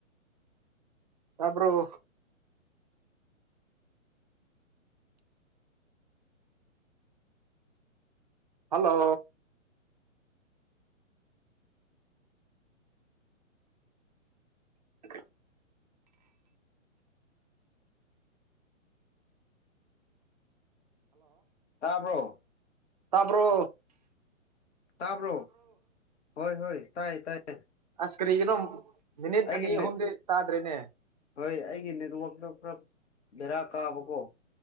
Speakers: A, on the right (about 35°); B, on the left (about 55°).
A: ꯇꯕꯔꯣ ꯍꯜꯂꯣ <inaudible>
B: ꯇꯥꯕ꯭ꯔꯣ
A: ꯇꯄ꯭ꯔꯣ
B: ꯇꯥꯕ꯭ꯔꯣ ꯍꯣꯏ ꯍꯣꯏ ꯇꯥꯏꯌꯦ ꯇꯥꯏꯌꯦ
A: ꯑꯁ ꯀꯔꯤꯒꯤꯅꯣ ꯃꯤꯅꯤꯠ
B: ꯑꯩꯒꯤ
A: ꯑꯅꯤ
B: ꯅꯦꯠ
A: ꯑꯍꯨꯝꯗꯤ ꯇꯥꯗ꯭ꯔꯦꯅꯦ
B: ꯍꯣꯏ ꯑꯩꯒꯤ ꯅꯦꯠꯋꯥꯛꯗꯣ ꯄꯨꯔ ꯕꯦꯔ ꯀꯥꯕꯀꯣ